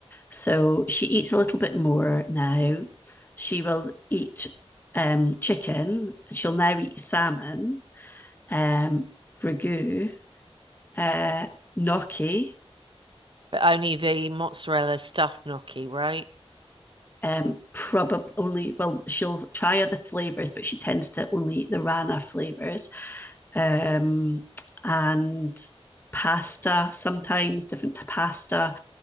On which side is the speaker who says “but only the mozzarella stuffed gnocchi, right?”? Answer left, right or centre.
Right